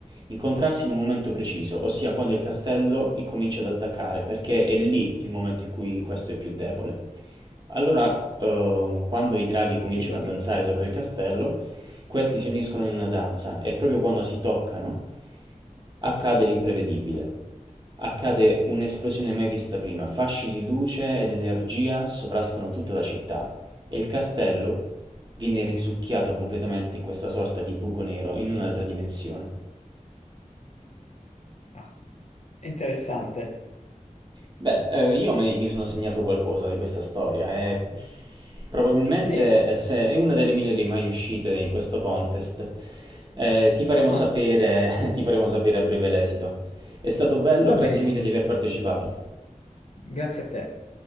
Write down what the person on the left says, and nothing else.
Fico, fico.
Ah, interessante.
Sì,
ah,
va
benissimo.
Grazie a te.